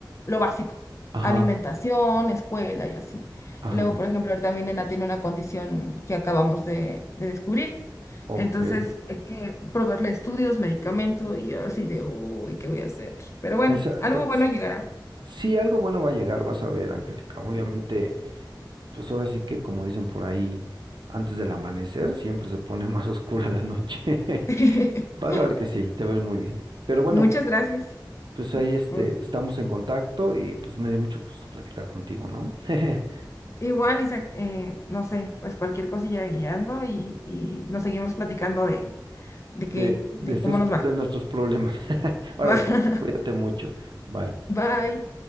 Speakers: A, on the left (about 40°); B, on the right (about 70°).
A: lo básico,
B: ajá.
A: alimentación, escuela y así.
B: Ajá,
A: Y luego, por ejemplo, ahorita mi nena tiene una condición que acabamos de, de descubrir.
B: ok.
A: Entonces, hay que proveerle estudios, medicamento y yo así de, uy, ¿qué voy a hacer? Pero bueno,
B: Exacto.
A: algo bueno
B: S-
A: llegará.
B: Sí, algo bueno va a llegar, vas a ver, Angélica. Obviamente, pues ahora sí que como dicen por ahí, antes del amanecer siempre se pone <laughs> más oscura la noche. <laughs>
A: <laughs>
B: Vas a ver que sí, te ves muy bien. Pero bueno,
A: Muchas gracias.
B: pues ahí este,
A: por-
B: estamos en contacto y pues me dio mucho gusto platicar contigo, ¿no? <laughs>
A: Igual, Isaac, eh, no sé, pues cualquier cosilla guiando y, y nos seguimos platicando de, de
B: De,
A: qué,
B: de
A: de
B: estos,
A: cómo nos va.
B: de nuestros problemas. <laughs> Ahora,
A: <laughs>
B: cuídate mucho. Bye.
A: Bye.